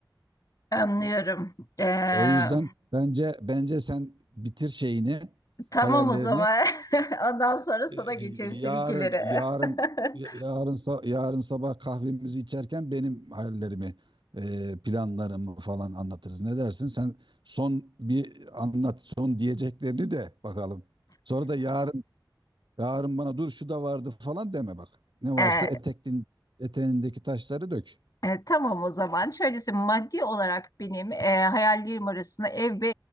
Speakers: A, on the left (about 50°); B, on the right (about 85°).
A: Anlıyorum. Ee,
B: O yüzden bence bence sen bitir şeyini,
A: tamam
B: hayallerini.
A: o zaman. <laughs> Ondan sonra sana
B: Ee,
A: geçerim seninkileri.
B: Yarın, yarın,
A: <laughs>
B: yarın, sa- yarın sabah kahvemizi içerken benim hayallerimi, e, planlarımı falan anlatırız. Ne dersin? Sen son bir anlat, son diyeceklerini de bakalım. Sonra da yarın, yarın bana dur şu da vardı falan deme bak. Ne varsa
A: Ee,
B: eteklin, eteğindeki taşları dök.
A: e, tamam o zaman. Şöylesi maddi olarak benim e, hayallerim arasında ev ve